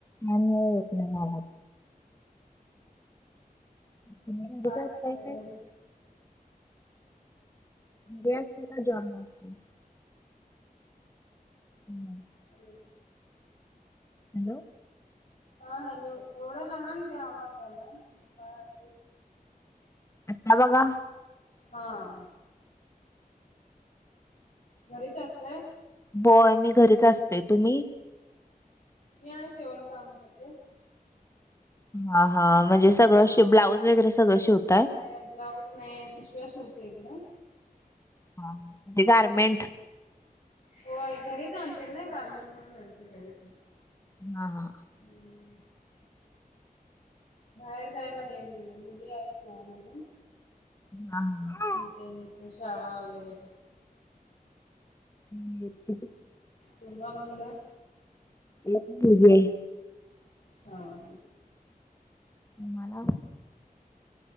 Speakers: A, on the left (about 20°); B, on the left (about 65°).
A: आणि येत नाही आवाज तुम्ही घरीच
B: काय
A: असताय
B: करताय
A: काय?
B: घरी
A: जॉब आहे हम्
B: हॅलो
A: हॅलो
B: हा हॅलो एवढा लहान ग आवाज आला काय
A: आता बघा
B: हा घरीच असते
A: होय मी घरीच असते तुम्ही
B: मी आहे शिवण काम करते
A: हा हा म्हणजे सगळं शी ब्लाउज वगैरे सगळं शेवत
B: नाही ब्लाऊज नाही पिशव्या शिवते इकडें
A: हा हा ते गारमेंट
B: हो घरीच आणते ना गार्मेंट म्हणून आणते घरीच आणते
A: हा हा
B: हम्म बाहेर जायला हे म मुली आहेत लहान अजून
A: हा हां
B: इथेचे शाळा वगैरे
A: हम्म
B: तुम्हाला मुलं
A: मला पण मुलगी आहे
B: हां
A: आम्हाला